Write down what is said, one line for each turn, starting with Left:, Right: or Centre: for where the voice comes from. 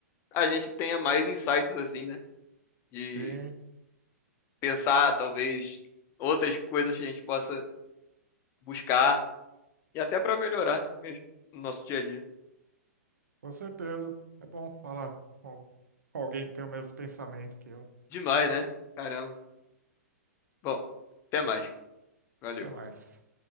Left: a gente tenha mais insights assim, né? De
Right: Sim,
Left: pensar, talvez, outras coisas que a gente possa buscar e até para melhorar mesmo no nosso dia a dia.
Right: com certeza. É bom falar com alguém que tem o mesmo pensamento que eu.
Left: Demais, né? Caramba. Bom, até mais. Valeu.
Right: Até mais.